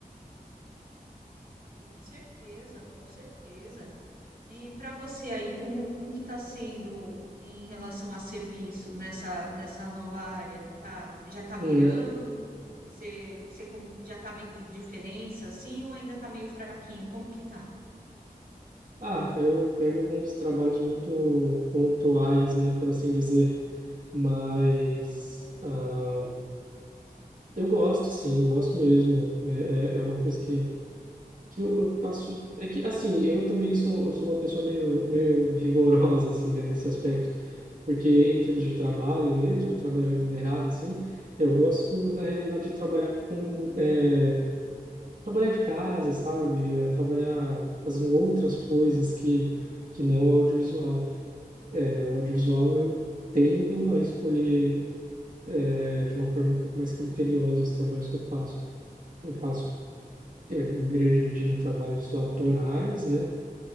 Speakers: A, on the right; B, on the right.
A: Com certeza, com certeza. E para você aí, como, como que está sendo em relação a serviço nessa, nessa nova área? Tá, já está virando?
B: Uhum.
A: Você, você com- já está vendo diferença assim ou ainda está meio fraquinho? Como que tá?
B: Ah, eu pego alguns trabalhos muito pontuais, né, por assim dizer, mas... ah, Eu gosto, sim, gosto mesmo. É, é, é uma coisa que, que eu, eu faço. É que, assim, eu também sou, eu sou uma pessoa meio, meio rigorosa, assim, né, nesse aspecto. Porque, em termos de trabalho mesmo, trabalho remunerado, assim, eu gosto, na realidade,
A: Sim,
B: de trabalhar com. é, trabalhar de casa, sabe? É, trabalhar fazendo outras coisas que, que não o audiovisual. É, o audiovisual, eu tendo a escolher, é, de uma forma um pouco mais criteriosa os trabalhos que eu faço. Eu faço
A: ah,
B: é, em grande medida, trabalhos autorais, né?